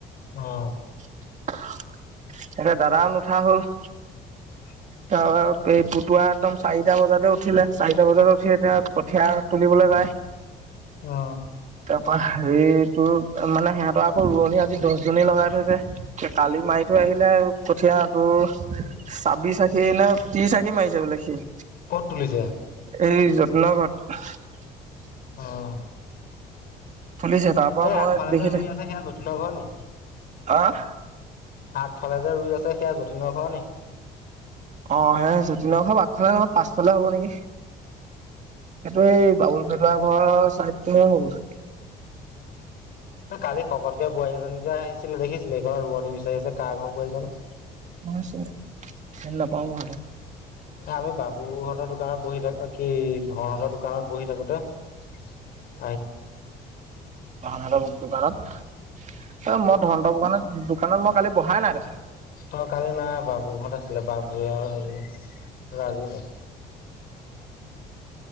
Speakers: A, on the left; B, on the right.
A: অ-
B: <unintelligible> এতিয়া দাদাও নুঠা হ'ল-
A: হয়
B: তাৰ এই পুতুৱা একদম চাৰিটা বজাতে উঠিলে চাৰিটা বজাতে উঠি এতিয়া কঠীয়া তুলিবলৈ যায়-
A: অ
B: তাৰপৰা হেৰি তোৰ মানে সিহঁতৰ আকৌ ৰোৱনী আজি দহজনী লগাই থৈছে কালি মাৰিত- আহিলে কঠিয়া তোৰ ছাব্বিশ আখি নে ত্ৰিশ আখী মাৰিছে বোলে সি-
A: কত তুলিছে?
B: এই যতিনৰ ঘৰত -
A: অহ
B: তুলিছে তাৰ পৰা
A: এই
B: মই
A: আগফালে
B: দেখি
A: যে ৰুই
B: থা
A: আছে সেয়া যতীনৰ ঘৰ নি
B: আহ
A: আগফালে যে ৰুই আছে সেয়া যতীনৰ ঘৰ নি?
B: অ সেই যতিনৰ ঘৰ আগফালে নহয় পাছফালে হ'ব নেকি! এইটো সেই বাবুল পেটুৱা ঘৰৰ চাইদটোহে হ'ব -
A: কালি শকতকে বোৱাৰী এজনী যে আহিছিলে দেখিছিলোে সেইঘৰ ৰোৱনী বিচাৰি আছে কাৰ ঘৰৰ বোৱাৰী জানো?
B: অ চিনি নাপাও নহয় -
A: এ আমি বাবু হতৰ- দোকানত বহি থাকোঁতে কি ধৰহতৰ দোকানত বহি থাকোতে -
B: ধনহেত দোকানত- অ মই ধন হতৰ দোকানত দোকানত মই কালি বহাই নাই দেখোন?
A: অ কালি নাই বাবুহঁত আছিলে বাবুৱে আৰু হেৰি ৰাজি-